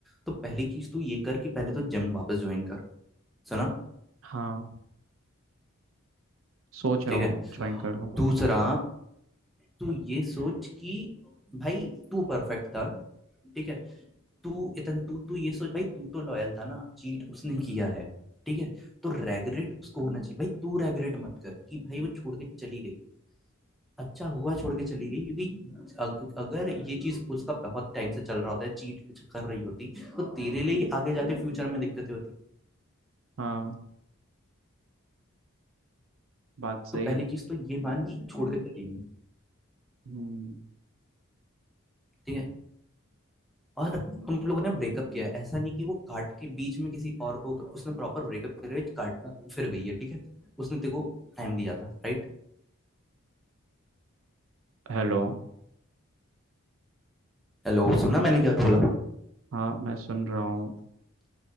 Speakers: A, in the centre; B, on the right (about 65°).
A: तो पहली चीज तो ये कर कि पहले तो जिम वापस ज्वाइन कर सुना
B: हाँ सोच रहा
A: ठीक
B: हूँ
A: है
B: ज्वाइन कर लूँ
A: दूसरा तू ये सोच कि भाई तू परफेक्ट था ठीक है तू इतन तू तू ये सोच भाई तू तो लॉयल था ना चीट उसने किया है ठीक है तो रेगरेट उसको होना चाहिए भाई तू रेगरेट मत कर कि भाई वो छोड़ के चली गई अच्छा हुआ छोड़ के चली गई क्योंकि अग, अगर ये चीज उसका बहुत टाइम से चल रहा होता है चीट कर रही होती तो तेरे लिए ही आगे जाके फ्यूचर में दिक्कतें होती
B: हाँ बात सही
A: तो पहली
B: है
A: चीज तो ये मान कि छोड़ के चली गई
B: हम्म,
A: ठीक है और तुम लोगों ने ब्रेकअप किया है ऐसा नहीं कि वो काट के बीच में किसी और को उसने प्रॉपर ब्रेकअप करके काट फिर गई है ठीक है उसने तेरे को टाइम दिया था राइट
B: हेलो
A: हेलो सुना मैंने क्या बोला
B: हाँ मैं सुन रहा हूँ